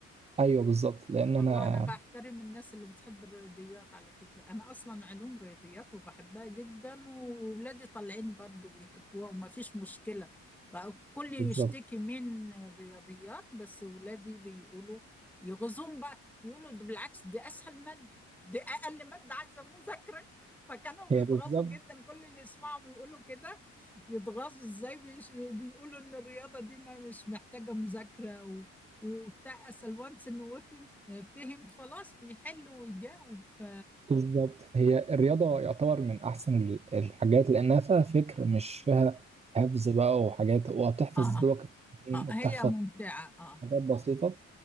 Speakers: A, on the right; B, in the centre.
A: أيوه بالظبط لأن
B: والله
A: أنا
B: أنا بحترم الناس اللي بتحب الرياضيات على فكرة أنا أصلا علوم رياضيات وبحبها جدا وولادي طالعين برضو بيحبوها وما فيش مشكلة بقى الكل يشتكي
A: بالظبط
B: من الرياضيات بس ولادي بيقولوا يغزون بقى بيقولوا ده بالعكس دي أسهل مادة دي أقل مادة عايزة مذاكرة فكانوا بيتغاظوا
A: هي بالظبط
B: جدا كل اللي يسمعهم يقولوا كده يتغاظوا إزاي بيش- بيقولوا إن الرياضة دي ما مش محتاجة مذاكرة و... وبتاع أسأل وانس إنه وفي فهم خلاص بيحل ويجاوب ف
A: بالظبط هي الرياضة يعتبر من أحسن ال- الحاجات لأنها فيها فكر مش فيها حفظ بقى وحاجات وبتحفظ
B: آه.
A: دوك التمرين
B: اه
A: وبتحفظ
B: هي ممتعة اه
A: حاجات بسيطة